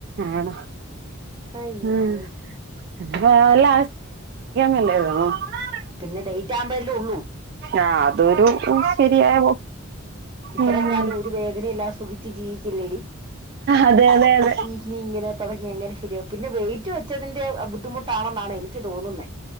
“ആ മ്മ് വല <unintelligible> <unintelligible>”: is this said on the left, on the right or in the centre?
Right